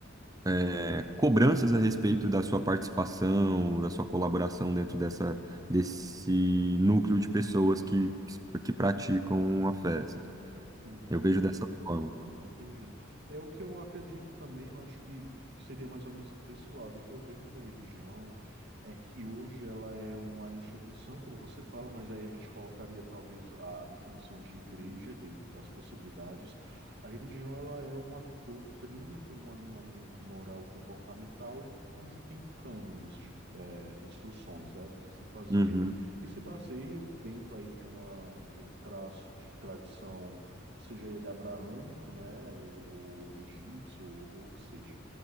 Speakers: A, on the right (about 20°); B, on the right (about 55°).
A: é, cobranças a respeito da sua participação, da sua colaboração dentro dessa, desse núcleo de pessoas que, que praticam a fé. assim.
B: Uhum,
A: Eu vejo dessa forma.
B: entendido. É o que eu acredito também, eu acho que seria mais ou menos por esse lado. O que eu vejo da religião é que hoje ela é uma instituição, como você fala, mas aí a gente colocaria talvez a definição de igreja dentro das possibilidades. A religião ela é uma doutrina com um alinhamento moral comportamental e cujo tem cânones de eh, instruções, né, do que se fazer
A: Uhum,
B: e se baseiam dentro aí de uma de um traço de tradição seja ele abraâmico, né, ou, ou egípcio, ou, ou o que seja.